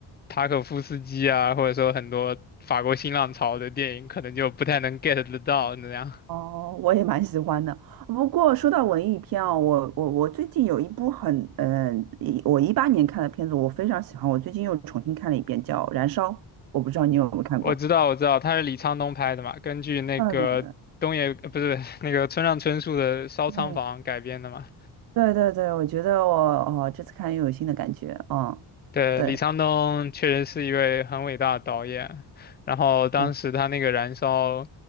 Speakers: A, on the left (about 25°); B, on the right (about 55°).
A: 塔可夫斯基啊，或者说很多法国新浪潮的电影，可能就不太能 get 得到那样。
B: 哦，我也蛮喜欢的。不过说到文艺片哦，我我我最近有一部很嗯、一我一八年看的片子，我非常喜欢，我最近又重新看了一遍，叫《燃烧》，我不知道你有没有看过。
A: 我知道，我知道，他是李沧东拍的嘛，根据那个东野，
B: 嗯，
A: 呃不是那个村上春树的《烧仓房》改编的嘛。
B: 对对对对，我觉得我哦，这次看又有新的感觉，嗯，
A: 对，
B: 对
A: 李沧东确实是一位很伟大的导演，然后当时他那个《燃烧》，
B: 对，